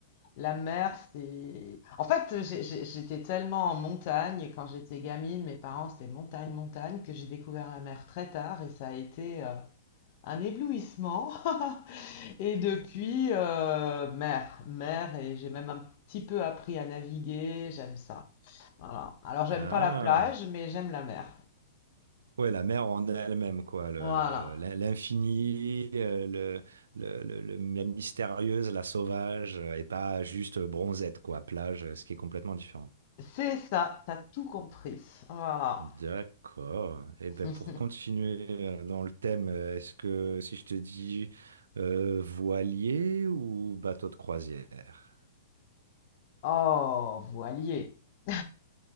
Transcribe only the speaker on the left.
la mer c'est... En fait, j'ai- j'ai- j'étais tellement en montagne quand j'étais gamine, mes parents c'était montagne, montagne, que j'ai découvert la mer très tard et ça a été euh, un éblouissement. <laughs> Et depuis, euh, mer, mer, et j'ai même un petit peu appris à naviguer, j'aime ça. Voilà. Alors, j'aime
pas la plage, mais j'aime la mer.
Voilà.
C'est ça, t'as tout compris. Voilà.
<laughs>
Oh, voilier. <laughs>